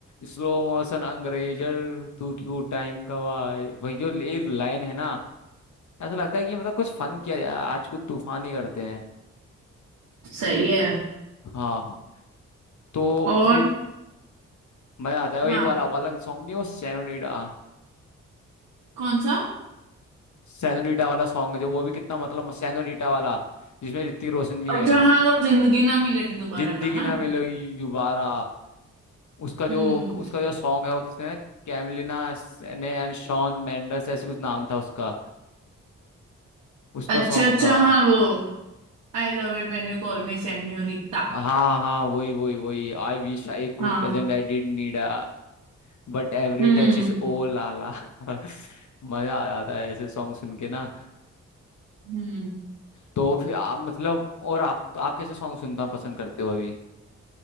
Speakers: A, on the left; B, on the right.
A: स्लो मोशन अंग्रेजर तू क्यों टाइम गवाए भाई जो ये लाइन है ना ऐसा लगता है कि मतलब कुछ फन किया जाए आज कुछ तूफान ही करते हैं
B: सही है
A: हाँ तो
B: और
A: फिर मजा आता है
B: हाँ
A: वो एक वाला वाला सॉन्ग नहीं वो सैनोरीटा
B: कौन सा
A: सैनोरीटा वाला सॉन्ग है जो वो भी कितना मतलब सैनोरीटा वाला जिसमें ऋतिक रोशन भी
B: अच्छा
A: है
B: हाँ वो जिंदगी ना मिलेगी दोबारा
A: जिंदगी
B: का ना
A: ना मिलेगी दोबारा उसका जो
B: हम्म
A: उसका जो सॉन्ग है वो किसने कैमिलिना ने एंड शॉन मेंडेस ऐसे कुछ नाम था उसका उसका
B: अच्छा
A: सॉन्ग
B: अच्छा
A: था
B: हाँ वो I love it when you call me senorita
A: हाँ हाँ वही वही वही I wish I could
B: हाँ
A: present I did need a but every
B: हम्म
A: touch is ओ लाला <laughs> मजा आ जाता है ऐसे सॉन्ग सुन के ना
B: हम्म
A: तो फिर आप मतलब और आप आप कैसे सॉन्ग सुनना पसंद करते हो अभी